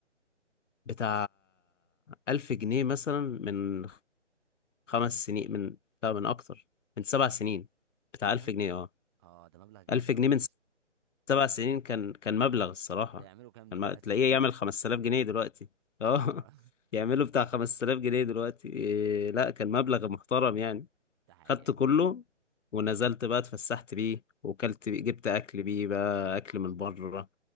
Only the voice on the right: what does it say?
كم
اه ده مبلغ جامد
قوي
ده
يا اسطى
ده يعملوا كام
دلوقتي
<laughs>
اه
ده حقيقة
فعلا